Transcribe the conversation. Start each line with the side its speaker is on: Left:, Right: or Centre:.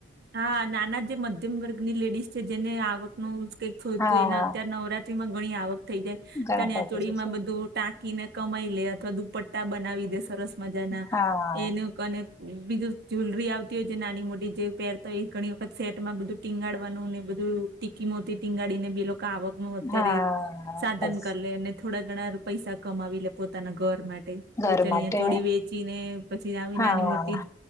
Right: હા નાના જે મધ્યમ વર્ગની લેડીઝ છે જેને આવકનું કઈક થયુંતું
Left: હા
Right: એને અત્ય્યારે નવરાત માં ઘણી આવક થઈ જાય
Left: ઘણા
Right: ચણ
Left: કોટી
Right: ચોળમાં
Left: જશે
Right: બધું ટાંક કીને કમાઈ લે અથવા દુપટ્ટા બનાવી દે સરસ મજાના
Left: હા
Right: એનું અને બીજું જ્વેલરી આવતી હોય છે નાની મોટી જે પેર તો એ ઘણી વખત સેટમાં બધું ટીંગાડવાનું ને બધું ટીકી મોતી ટીંગાડીને બે લોકો આવક અત્યારે
Left: હા
Right: સાધન
Left: બસ
Right: કરી લે અને થોડા ઘણા પૈસા કમાવી લે પોતાના ઘર માટે
Left: ઘર
Right: જે ચણિયા
Left: માટે
Right: ચોળ વેચી ને પછી આવી
Left: હા
Right: નાની મોટી